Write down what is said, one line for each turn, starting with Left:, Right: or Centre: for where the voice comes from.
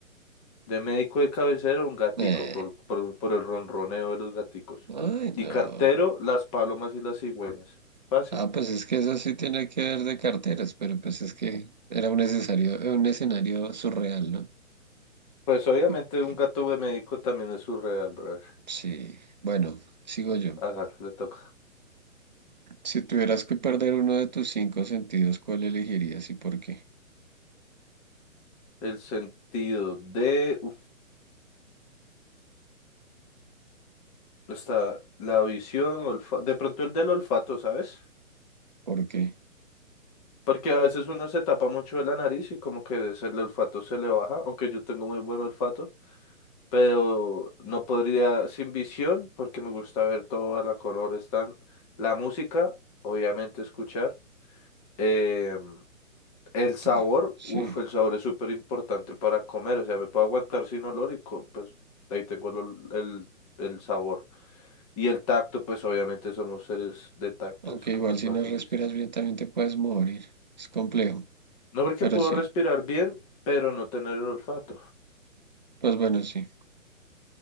Left: De médico de cabecera, un gatico
Right: Eh,
Left: por, por, por el ronroneo de los gaticos.
Right: ay,
Left: Y
Right: no.
Left: cartero, las palomas y las cigüeñas. Fácil.
Right: Ah, pues es que eso sí tiene que ver de carteras, pero pues es que era un necesario, eh, un escenario surreal, ¿no?
Left: Pues obviamente
Right: Y-
Left: un
Right: y-
Left: gato de médico también es surreal, brother.
Right: sí, bueno, sigo yo.
Left: Hágale, le toca.
Right: Si tuvieras que perder uno de tus cinco sentidos, ¿cuál elegirías y por qué?
Left: El sentido de, uf, está la visión, olfa- de pronto el del olfato, ¿sabes?
Right: ¿Por qué?
Left: Porque a veces uno se tapa mucho de la nariz y como que se- el olfato se le baja, aunque yo tengo muy buen olfato, pero no podría sin visión porque me gusta ver todo a la color, están la música, obviamente escuchar, eh, el
Right: Actos.
Left: sabor,
Right: Sí.
Left: uff, el sabor es súper importante para comer, o sea, me puedo aguantar sin olor y co- pues ahí tengo el, ol- el el sabor. Y el tacto, pues obviamente somos seres de tacto,
Right: Aunque
Left: es como
Right: igual
Left: el
Right: si
Left: más
Right: no
Left: difícil.
Right: respiras bien también te puedes morir. Es complejo.
Left: No porque
Right: Pero
Left: puedo
Right: sí.
Left: respirar bien, pero no tener el olfato.
Right: Pues bueno, sí.